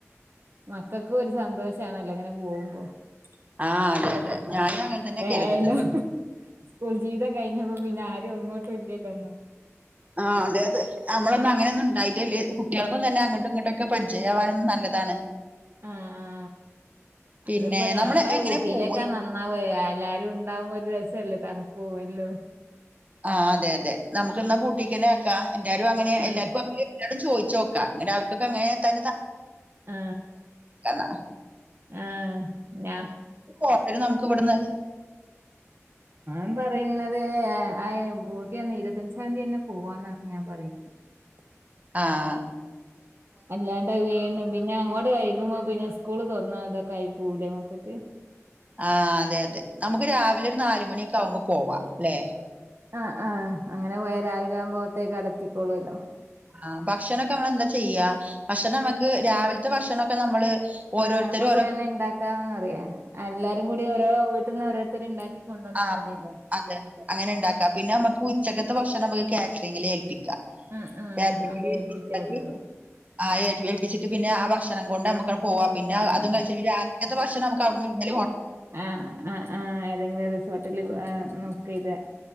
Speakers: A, on the right; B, on the right.
A: മക്കക്കും ഒരു സന്തോഷാണല്ലോ അങ്ങനെ പോകവുമ്പം കു
B: ആ അതെ അതെ ഞാനും അങ്ങനെ തന്നെ കേരുതിത്
A: ആയല്ലോ സ്കൂൾ ജീവിതം കഴിഞ്ഞപ്പം പിന്നെ ആരും അങ്ങോട്ടും ഇല്ലല്ലോന്നും
B: ആ അതെ അതെ നമ്മളൊന്നും അങ്ങനൊന്നും ഉണ്ടായിട്ടല്ലേ കുട്ടികളൊക്കെത്തന്നാ അങ്ങോട്ടും ഇങ്ങോട്ടൊക്കെ പഠിച്ചേ ഏവാനും നല്ലതാണ്
A: ആ ആ
B: പിന്നെ
A: അതിപ്പോ ഞാൻ
B: നമ്മള്
A: പറയും
B: എങ്ങനെ
A: ഊട്ടിയിലേക്കാ
B: പോവ
A: നന്നാവേ എല്ലാരും ഉണ്ടാവുമ്പോ ഒരു രസല്ലേ തണുപ്പോ എല്ലോ
B: ആ അതെ അതെ നമുക്ക് എന്നാ പൂട്ടീക്കന്നെ ആക്കാം എല്ലാരും അങ്ങനെ
A: ആഹ്
B: എല്ലാവർക്കും എല്ലാവരും ഞാൻ ചോദിച്ച് നോക്കാം അങ്ങനെ അവർക്കൊക്കെ അങ്ങനെ തന്നെത്താൻ
A: ആ
B: കന്ന
A: ആഹ
B: കൊഴ നമുക്ക് ഇവിടുന്ന്
A: ൻ പറയുന്നത് ആ ഊട്ടിന്ന് ഇരുപത്തഞ്ചാം ീയതി തന്നെ പോവാന്നാണ് ഞാൻ പറയുന്നത് ഉഹ
B: ആഹ
A: അല്ലാണ്ട് പിന്നെ പിന്നെ അങ്ങോട്ട് വ പിന്നെ സ്കൂള് തുറന്നാ അതൊക്കെ ആയി പോലേ മക്കൊക്ക്
B: ആ അതെ അതെ നമുക്ക് രാവിലെ ഒരു നാല മണിൊക്ക ആ്പക്ക് പോവാ അല്ലെ
A: ആ് ആഹ അങ്ങനെ പോയ രാവിലെ ആവുമ്പോത്തേക്ക് അടത്തിക്കോളൂല്ലോ
B: ആഹ ഭക്ഷണൊക്കെ നമ്മള് എന്താ ചെയ്യാ ഭക്ഷണം നമ്മുക്ക് രാവിലത്തെ ഭക്ഷണൊക്കെ നമ്മള് ഓരോരുത്തരും
A: ആഹ് നമുക്ക്
B: ഓരോ
A: വേണ ഇണ്ടാക്കാന്ന് അറിയ എല്ലാരും കൂടി ഓരോ വീട്ടിൽന്ന് ഓരോത്തർ ഇണ്ടാക്കി കൊണ്ടുവന്നാ
B: ആ
A: മതിയല്ലോ
B: അതെതെ അങ്ങനെ ഉണ്ടാക്കാം പിന്നെ നമുക്ക് ഉച്ചകത്തെ ഭക്ഷണം നമുക്ക് കാറ്ററിങ്ങില് ഏൽപ്പിക്കാം
A: ആഹ് ആഹ്
B: കേച്ച
A: ആരെ ഏൽപ്പിച്ചാ മതിയല്ലോ
B: ആ ഏ ഏൽപ്പിച്ചിട്ട് പിന്നെ ആ ഭക്ഷണം കൊണ്ട് പോവാം പിന്ന
A: ഉം
B: അും കഴിച്ച രാത്ത്തെശക്ഷെ നമു അവിടുന്ന്ള്ള
A: ആഹ ആ ആഹ ഏതെങ്കിലും റിസോർട്ടില് ആ നോക്ക ഇത്